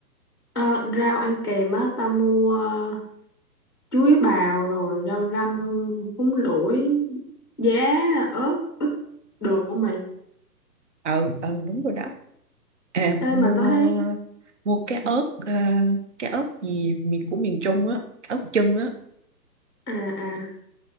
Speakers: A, on the left (about 15°); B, on the right (about 45°).
A: Ờ, rau ăn kèm á, tao mua ờ, chuối bào rồi rau răm, húng lủi, giá, ớt, được không mày?
B: ừ ừ đúng rồi đó à
A: Ê,
B: mua
A: mà tao thấy...
B: mua cái ớt ờ, cái ớt gì miền của miền Trung á cái ớt chân á
A: À, à.